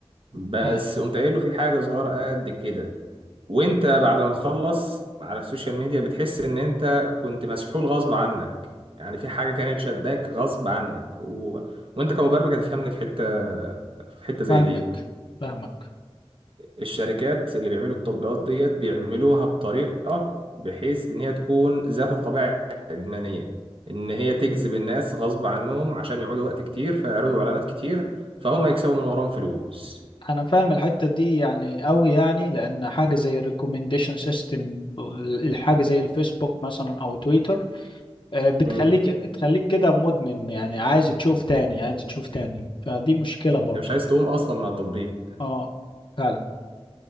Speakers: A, on the right; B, on the left.
A: بس
B: فاهم
A: قمت قايل له في حاجة صغيرة قد كده وانت بعد ما تخلص على السوشيال ميديا بتحس ان انت كنت مسحول غصب عنك يعني في حاجة كانت شداك غصب عنك و... وانت كمبرمج هتفهمني في حتة في حتة زي
B: فاهمك
A: دي
B: فاهمك
A: الشركات اللي بيعملوا التطبيقات ديت بيعملوها بطريقة بحيث إن هي تكون ذات طبيعة إدمانية إن هي تجذب الناس غصب عنهم عشان يقعدوا وقت كتير فيعرضوا إعلانات كتير فهم يكسبوا من وراهم فلوس
B: أنا فاهم الحتة دي يعني أوي يعني لأن حاجة زي الريكومنديشن سيستم الحاجة زي الفيسبوك مثلا أو تويتر آه، بتخليك
A: مم.
B: تخليك كده مدمن يعني عايز تشوف تاني عايز تشوف تاني فدي مشكلة برضو
A: أنت مش عايز تقوم أصلا من على التطبيق
B: اه فعلا